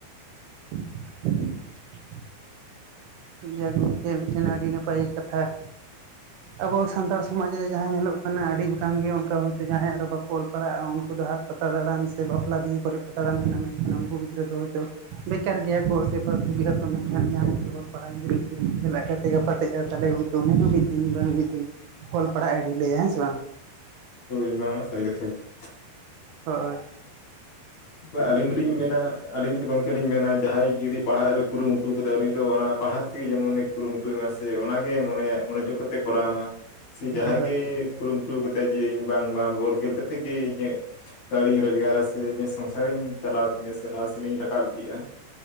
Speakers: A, on the right; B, on the left.
A: <unintelligible> ᱤᱭᱟᱹ ᱜᱚᱢᱠᱮ ᱢᱤᱫᱴᱮᱱ ᱟᱹᱰᱤ ᱱᱟᱯᱟᱭ ᱠᱟᱛᱷᱟ ᱾ ᱟᱵᱚ ᱥᱟᱱᱛᱟᱲ ᱥᱚᱢᱟᱡ ᱨᱮ ᱡᱟᱦᱟᱸ ᱧᱮᱞᱚᱜ ᱠᱟᱱᱟ ᱟᱹᱰᱤ ᱜᱚᱴᱟᱝ ᱜᱮ ᱚᱱᱠᱟ ᱦᱳᱭᱛᱚ ᱡᱟᱦᱟᱸᱭ ᱟᱨᱚ ᱵᱟᱠᱚ ᱚᱞ ᱯᱟᱲᱦᱟᱜ-ᱟ ᱩᱱᱠᱩ ᱫᱚ ᱦᱟᱴ ᱯᱟᱛᱟ ᱫᱟᱬᱟᱱ ᱥᱮ ᱵᱟᱯᱞᱟ ᱵᱤᱦᱟᱹ ᱠᱚᱨᱮ ᱠᱚ ᱫᱟᱬᱟᱱ ᱠᱟᱱᱟ ᱢᱮᱱᱠᱷᱟᱱ ᱩᱱᱠᱩ ᱜᱤᱫᱽᱨᱟᱹ ᱫᱚ ᱦᱳᱭᱛᱚ ᱵᱮᱠᱟᱨ ᱜᱮᱭᱟ ᱠᱚ ᱥᱮ ᱯᱷᱟᱞᱛᱩ ᱜᱤᱭᱟ ᱠᱚ ᱢᱮᱱᱠᱷᱟᱱ ᱡᱟᱦᱟᱸᱭ ᱡᱩᱫᱤ ᱚᱞ ᱯᱟᱲᱦᱟᱣ ᱜᱤᱫᱽᱨᱟᱹ ᱡᱩᱫᱤ ᱩᱱᱠᱩ ᱥᱟᱞᱟᱜ ᱮ ᱜᱟᱛᱮ ᱜᱟᱯᱟᱛᱮᱜ-ᱟ ᱛᱟᱦᱚᱞᱮ ᱜᱚᱝ ᱛᱚ ᱩᱱᱤ ᱦᱚᱸ ᱢᱤᱫ ᱫᱤᱱ ᱵᱟᱝ ᱢᱤᱫ ᱫᱤᱱ ᱚᱞ ᱯᱟᱲᱦᱟᱜ ᱮ ᱰᱷᱤᱞᱟᱹᱭᱟ ᱦᱮᱸ ᱥᱮ ᱵᱟᱝ?
B: ᱦᱳᱭ ᱚᱱᱟᱢᱟ ᱥᱟᱨᱤ ᱠᱟᱛᱷᱟ ᱜᱮ ᱾
A: ᱦᱳᱭ ᱾
B: ᱵᱟ ᱟᱹᱞᱤᱧ ᱫᱚᱞᱤᱧ ᱢᱮᱱᱟ ᱟᱹᱞᱤᱧ ᱫᱚ ᱜᱚᱝᱠᱮ ᱞᱤᱧ ᱢᱮᱱᱟ ᱡᱟᱦᱟᱸᱭ ᱡᱩᱫᱤ ᱯᱟᱲᱦᱟᱜ ᱨᱮ ᱠᱩᱨᱩᱢᱩᱴᱩ ᱠᱟᱫᱟᱭ ᱩᱱᱤ ᱫᱚ ᱚᱱᱟ ᱯᱟᱲᱦᱟᱜ ᱛᱮᱜᱮ ᱡᱮᱢᱚᱱ ᱠᱩᱨᱩᱢᱩᱴᱩᱭ ᱢᱟ ᱥᱮ ᱚᱱᱟᱜᱮ ᱢᱚᱱᱮ ᱡᱳᱜᱽ ᱠᱟᱛᱮ ᱠᱚᱨᱟᱣ ᱢᱟ ᱥᱮ ᱡᱟᱦᱟᱸᱜ
A: ᱦᱳᱭ
B: ᱜᱮ ᱠᱩᱨᱩᱢᱩᱴᱩ ᱠᱟᱛᱮᱫ ᱡᱮ ᱤᱧ ᱵᱟᱝᱢᱟ ᱵᱚᱞ ᱠᱷᱮᱞ ᱠᱟᱛᱮ ᱜᱮ ᱤᱧᱟᱹᱜ ᱠᱟᱹᱣᱰᱤᱧ ᱨᱚᱡᱽᱜᱟᱨᱟ ᱥᱮ ᱤᱧᱟᱹᱜ ᱥᱚᱝᱥᱟᱨᱤᱧ ᱪᱟᱞᱟᱣ ᱛᱤᱧᱟᱹ ᱥᱮ ᱞᱟᱦᱟ ᱥᱮᱱ ᱤᱧ ᱨᱟᱠᱟᱵ ᱤᱫᱤᱜ-ᱟ᱾